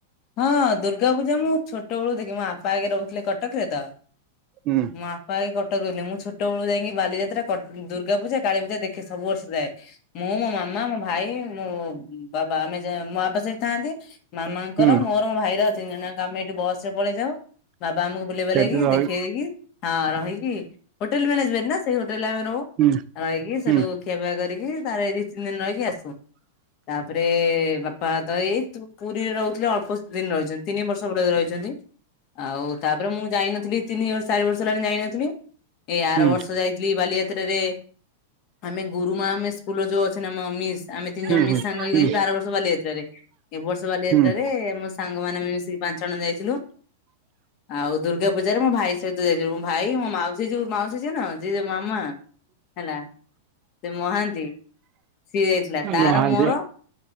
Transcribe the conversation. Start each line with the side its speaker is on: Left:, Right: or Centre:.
Left: ହଁ ଦୁର୍ଗା ପୂଜା ମୁଁ ଛୋଟ ବେଳୁ ଦେଖି ମୋ ବାପା ଆଗେ ରହୁଥିଲେ କଟକରେ ତ।
Right: ହୁଁ।
Left: ମୋ ବାପା କଟକ ରହେ ମୁଁ ଛୋଟ ବେଳୁ ଯାଇକି ବାଲିଯ୍ରା ଦୁର୍ଗା ପଜାଳୀୂଜା ଦେଖେ ସବୁ ବର୍ଷ ଯାଏ। ମୁଁ ମୋ ମାମା ମୋ ଭାଇ ମୋ ବାବା ଆମେ ମୋ ବାବା ସେଠି ଥାନ୍ତି, ମାମା ଙ୍କର
Right: ହୁଁ
Left: ମୋର ମୋ ଭାଇର ଅଛି ଜଣ ଆମେ ଏଠି ବସ ରେ ପଳେଇ ଯାଉ। ବାବା ଆମକୁ ବୁଲ ବଲେଇକି
Right: ସେଠି ରହି
Left: ଦେଖେଇ ଦେଇକି। ହଁ ରହିକି ହୋଟେଲ ମ୍ୟାନେଜମେଣ୍ଟ ନା ସେଇ ହୋଟେଲ ଆମେ ର
Right: ହୁଁ
Left: ରହିକି ସେଠୁ
Right: ହୁଁ
Left: କେବେ କରିକି ତାର ଏ ଦି ତିନି ଦିନ ରହିକି ଆସୁ। ତାପରେ ବାପା ତ ଏଇ ତୁ ପୁରୀରେ ରହୁଛୁ। ଅଳ୍ପ ଦିନ ରହିଛନ୍ତି ତିନି ବର୍ଷ ବଳେ ରହିଛନ୍ତି। ଆଉ ତାପରେ ମୁଁ ଯାଇନଥିଲି, ତିନି ଚାରି ବର୍ଷ ହେଲାଣି ଯାଇନଥିଲି। ଏଇ ଆର
Right: ହୁଁ।
Left: ବର୍ଷ ଯାଇଥିଲି। ବାଲିଯାତ୍ରରେ ଆମେ ଗୁରୁ ମା ଆମେ ସ୍କୁଲ ଯ ଅ ଆମ ମିସ୍ ଆମେ ତିନି
Right: ହୁଁ
Left: ଜଣ ମିସ୍
Right: ହୁଁ
Left: ସାଙ୍ଗ ହେଇଯାଇେ
Right: ହୁଁ
Left: ବାର ବର୍ଷ ବାଲିଯାତ୍ରରେ ଏ ବର୍ଷ ବାଲିଯ
Right: ହୁଁ।
Left: ମୋ ସାଙ୍ଗ ମାନ ମିଶିକି ପାଞ୍ଚ ଜଣ ଯାଇଥିଲୁ ଆଉ ଦୁର୍ଗା ପୂଜାରେ ମୋ ଭାଇ ସହିତ। ମୁଁ ଭାଇ ମୋ ମାଉସୀ ଯୋଉ ମାଉସୀ ଯି ନା। ଯି ଯୋ ମାମା ହେଲା ସେ ମହାନ୍ତି ସିଏ ଯାଇଥିଲା ତାର
Right: ମହାନ୍ତି
Left: ମୋର